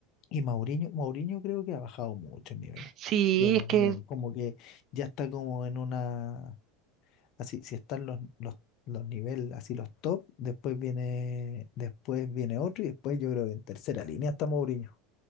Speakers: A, on the left; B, on the right.
A: Y Mourinho, Mourinho creo que ha bajado mucho el nivel.
B: Sí,
A: Ya Mourinho
B: es que
A: como que ya está como en una, así, si están los, los, los niveles, así los top, después viene, después viene otro y después yo creo que en tercera línea está Mourinho.